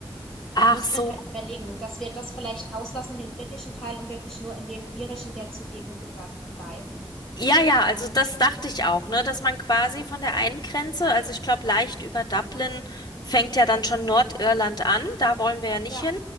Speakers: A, on the left; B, in the centre.
A: Ach
B: muss
A: so,
B: man halt überlegen, dass wir das vielleicht auslassen, den britischen Teil und wirklich nur in dem irischen, der zur EU gehört, bleiben.
A: Ja, ja, also das dachte ich auch, ne, dass man quasi von der einen Grenze, also ich glaube leicht über Dublin fängt ja dann schon Nordirland an, da wollen wir ja nicht
B: Ja,
A: hin